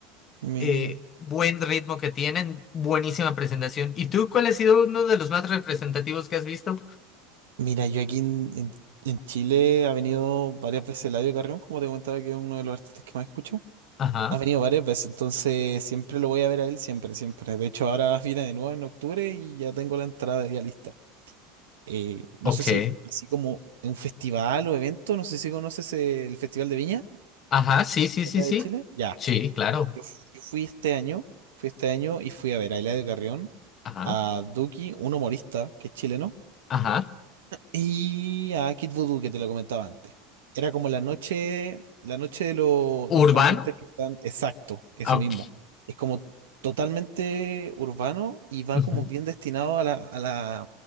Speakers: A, on the right; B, on the left.
A: Mira,
B: eh, buen ritmo que tienen, buenísima presentación. ¿Y tú cuál ha sido uno de los más representativos que has visto?
A: mira, yo aquí en, en- en Chile ha venido varias veces Eladio Carrión, como te comentaba que es uno de los artistas que más escucho.
B: Ajá,
A: Ha venido varias veces, entonces siempre lo voy a ver a él, siempre, siempre. De hecho, ahora <laughs> viene de nuevo en octubre y ya tengo la entrada ya lista. Eh, no
B: ok.
A: sé si, así como en un festival o evento, no sé si conoces eh, el Festival de Viña,
B: Ajá, sí, sí,
A: acá
B: sí, sí.
A: de Chile. Ya,
B: Sí, claro.
A: yo, f- yo fui este año, fui este año y fui a ver a Eladio Carrión,
B: Ajá,
A: a Duki, un humorista que es chileno
B: ajá.
A: Y a Kid Voodoo, que te lo comentaba antes. Era como la noche, la noche de, lo- de
B: Urbano.
A: los cantantes que están. Exacto, eso
B: ah, ok,
A: mismo. Es como totalmente urbano y va
B: ujú.
A: como bien destinado a la, a la,